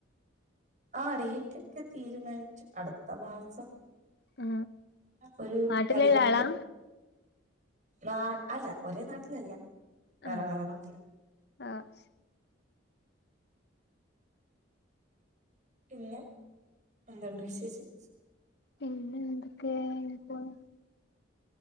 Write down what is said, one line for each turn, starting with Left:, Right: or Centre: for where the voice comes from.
Right: ആഹ് ഡേറ്റ് ഒക്കെ തീരുമാനിച്ചു അടുത്ത മാസം
Left: ആ
Right: ഒരു
Left: നാട്ടിലുള്ള
Right: പതിനെട്ട്
Left: ആളാ
Right: നാ അല്ല ഒരേ നാട്ടിലല്ല വേറെ
Left: ആഹ്
Right: വേറെ നാട്ടില്
Left: ആഹ് ശ്
Right: പിന്നെ എന്തുണ്ട് വിശേഷം
Left: പിന്നെ എന്തൊക്കെ ഇപ്പോ?